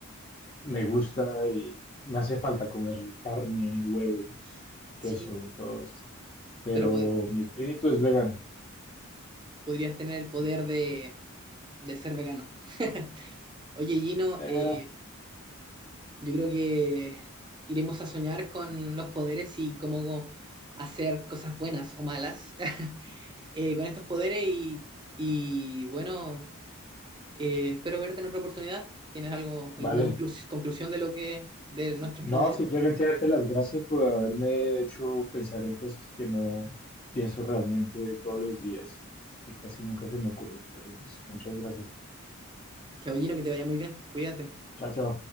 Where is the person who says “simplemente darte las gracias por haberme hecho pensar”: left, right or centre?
Left